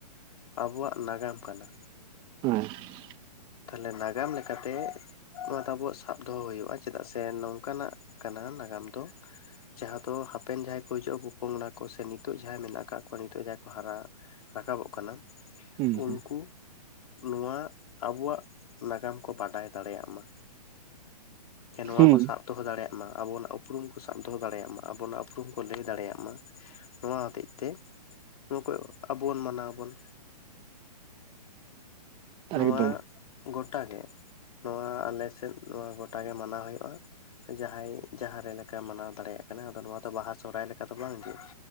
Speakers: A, on the left; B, on the right.
A: ᱟᱵᱚᱣᱟᱜ ᱱᱟᱜᱟᱢ ᱠᱟᱱᱟ
B: <unintelligible>
A: ᱛᱟᱦᱚᱞᱮ ᱱᱟᱜᱟᱢ ᱞᱮᱠᱟᱛᱮ ᱚᱱᱟ ᱛᱚ ᱟᱵᱚᱣᱟᱜ ᱥᱟᱵ ᱫᱚᱦᱚ ᱦᱩᱭᱩᱜᱼᱟ ᱪᱮᱫᱟᱜ ᱥᱮ ᱱᱚᱝᱠᱟᱱᱟᱜ ᱠᱟᱱᱟ ᱱᱟᱜᱟᱢ ᱫᱚ ᱡᱟᱦᱟᱸ ᱫᱚ ᱦᱟᱯᱮᱱ ᱡᱟᱦᱟᱸᱭ ᱠᱚ ᱦᱤᱡᱩᱜᱼᱟ ᱯᱚᱯᱚᱝᱲᱟ ᱠᱚ ᱥᱮ ᱱᱤᱛᱚᱜ ᱡᱟᱦᱟᱸᱭ ᱢᱮᱱᱟᱜ ᱠᱟᱜᱠᱚ ᱱᱤᱛ ᱡᱟᱦᱟᱸᱭ ᱠᱚ ᱦᱟᱨᱟ ᱨᱟᱠᱟᱵᱚᱜ ᱠᱟᱱᱟ
B: ᱦᱩᱸ
A: ᱩᱱᱠᱩ
B: ᱦᱩᱸ
A: ᱱᱚᱣᱟ ᱟᱵᱚᱣᱟᱜ ᱱᱟᱜᱟᱢ ᱠᱚ ᱵᱟᱰᱟᱭ ᱫᱟᱲᱮᱭᱟᱜ ᱢᱟ ᱥᱮ ᱱᱚᱣᱟ
B: ᱦᱩᱸ
A: ᱠᱚ ᱥᱟᱵ ᱫᱚᱦᱚ ᱫᱟᱲᱮᱭᱟᱜ ᱢᱟ ᱟᱵᱚᱱᱟᱜ ᱩᱯᱨᱩᱢ ᱠᱚ ᱥᱟᱵ ᱫᱚᱦᱚ ᱫᱟᱲᱮᱭᱟᱜ ᱢᱟ ᱟᱵᱚᱱᱟᱜ ᱩᱯᱨᱩᱢ ᱠᱚ ᱞᱟᱹᱭ ᱫᱟᱲᱮᱭᱟᱜ ᱢᱟ ᱱᱚᱣᱟ ᱦᱚᱛᱮᱜ ᱛᱮ ᱱᱚᱣᱟ ᱠᱚ ᱟᱵᱚ ᱵᱚᱱ ᱢᱟᱱᱟᱣᱟᱵᱚᱱ ᱱᱚᱣᱟ
B: ᱮᱠᱫᱚᱢ
A: ᱜᱚᱴᱟᱮ ᱱᱚᱣᱟ ᱟᱞᱮᱥᱮᱫ ᱱᱚᱣᱟ ᱜᱚᱴᱟ ᱜᱮ ᱢᱟᱱᱟᱣ ᱦᱩᱭᱩᱜᱼᱟ ᱡᱟᱦᱟᱸᱭ ᱡᱟᱦᱟᱸᱨᱮ ᱞᱮᱠᱟ ᱢᱟᱱᱟᱣ ᱫᱟᱲᱮᱭᱟᱜ ᱠᱟᱱᱟ ᱟᱫᱚ ᱱᱚᱣᱟ ᱫᱚ ᱵᱟᱦᱟ ᱥᱚᱦᱨᱟᱭ ᱞᱮᱠᱟ ᱫᱚ ᱵᱟᱝᱜᱮ ᱡᱮ